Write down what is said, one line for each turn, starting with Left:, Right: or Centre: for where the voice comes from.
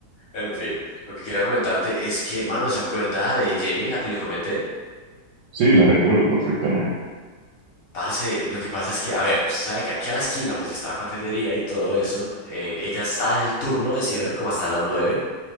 Left: En fin, lo que quería comentarte es que, mano, ¿se acuerda de Jenny, la que le comenté?
Right: Sí, la recuerdo perfectamente.
Left: Parce, lo que pasa es que, a ver, usted sabe que aquí a la esquina, pues está la cafetería y todo eso. eh, ella está en el turno de cierre, como hasta las nueve.